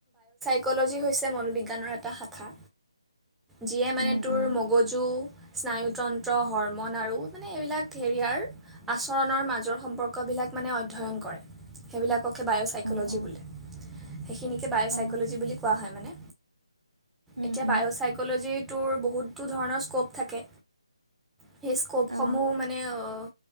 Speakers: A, in the centre; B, on the right.
A: চাইকলজি হৈছে মনোবিজ্ঞানৰ এটা শাখা যিয়ে মানে
B: উম
A: তোৰ
B: উম
A: মগজু স্নায়ুতন্ত্ৰ, হৰমন আৰু মানে এইবিলাক সেয়াৰ আচৰণৰ মাজৰ সম্পৰ্কবোৰ ইয়াক মানে অধ্যয়ন কৰে। সেইবিলাক পকে বায়'চাইকলজি
B: অ অ
A: বুলি সেইখিনিকে বায়'চাইকলজি
B: অ অ
A: বুলি কোৱা হয়। মানে
B: উম
A: এতিয়া
B: উম
A: বায়'চাইক'লজিটোৰ বহুটো ধৰণৰ স্ক'প থাকে। সেই স্ক'পসমূহ
B: অ
A: মানে অহ